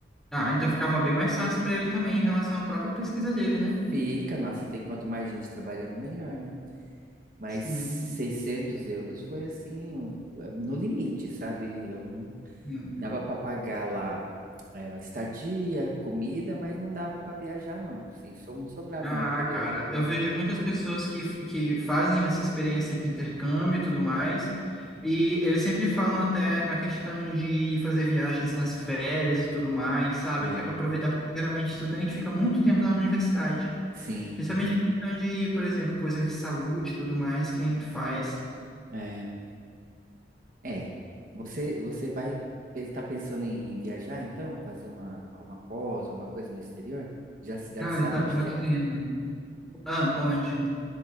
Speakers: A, in the centre; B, on the right.
A: Ah, então ficava bem mais fácil pra ele também em relação à própria pesquisa dele, né?
B: Fica, nossa, tem quanto mais gente trabalhando, melhor, né? Mas
A: Sim.
B: 600 euros foi assim, um, eh, no limite, sabe? Eu não
A: sim.
B: dava para pagar lá eh, estadia, comida, mas não dava para viajar, não. Sim, só não sobrava
A: Ah,
B: muito para
A: cara,
B: viajar.
A: eu vejo muitas pessoas que, que fazem essa experiência de intercâmbio e tudo mais. E eles sempre falam até a questão de fazer viagens nas férias e tudo mais, sabe?
B: Ah,
A: Que é para aproveitar, porque geralmente estudante fica muito tempo na universidade.
B: sim.
A: Principalmente questão de, por exemplo, coisas de saúde e tudo mais, que nem tu faz.
B: É. É, você você vai estar pensando em, em viajar então, fazer uma alguma pós, alguma coisa no exterior? Já já
A: Cara,
B: sabe
A: eu tava
B: onde que
A: querendo.
B: é?
A: Ah, onde?